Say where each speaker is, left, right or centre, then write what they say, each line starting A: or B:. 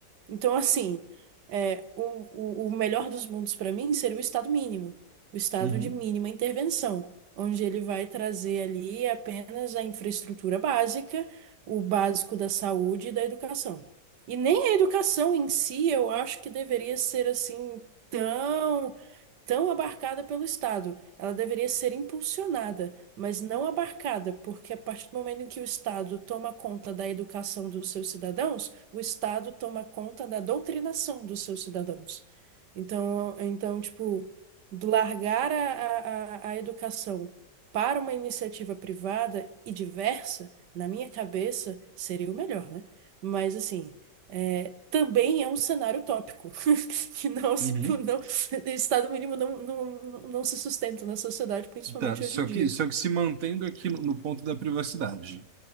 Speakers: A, on the right; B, on the right.
A: Então, assim, é, o, o, o melhor dos mundos para mim seria o estado mínimo, o estado
B: Uhum.
A: de mínima intervenção, onde ele vai trazer ali apenas a infraestrutura básica, o básico da saúde e da educação. E nem a educação em si, eu acho que deveria ser assim tão tão abarcada pelo Estado. Ela deveria ser impulsionada, mas não abarcada, porque a partir do momento em que o Estado toma conta da educação dos seus cidadãos, o Estado toma conta da doutrinação dos seus cidadãos. Então, então, tipo, do largar a, a, a a educação para uma iniciativa privada e diversa, na minha cabeça, seria o melhor, né? Mas assim, é, também é um cenário utópico <laughs> que não se,
B: Uhum.
A: <laughs> Estado mínimo não, não, não não se sustenta na sociedade, principalmente
B: Tá, só
A: hoje em dia.
B: que, só que se mantendo aqui no, no ponto da privacidade.